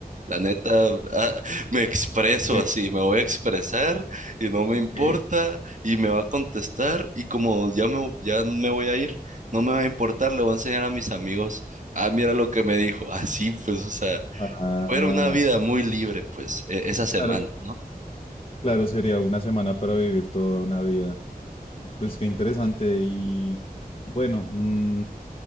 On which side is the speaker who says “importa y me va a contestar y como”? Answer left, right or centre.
Right